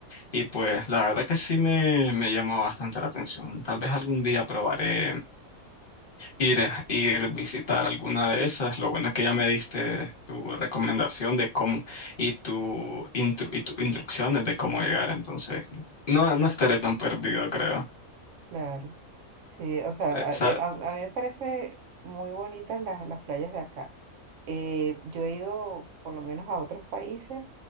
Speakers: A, on the left; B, on the right.
A: Y pues la verdad que sí me, me llamó bastante la atención. Tal vez algún día probaré ir, ir visitar alguna de esas. Lo bueno es que ya me diste tu recomendación de cómo y tu, intru- y tus instrucciones de cómo llegar. Entonces, no,
B: claro,
A: no estaré tan perdido, creo.
B: claro. Sí, o sea,
A: Eh,
B: a,
A: sa-
B: eh, a- a mí me parece muy bonitas las, las playas de acá. Eh, yo he ido por lo menos a otros países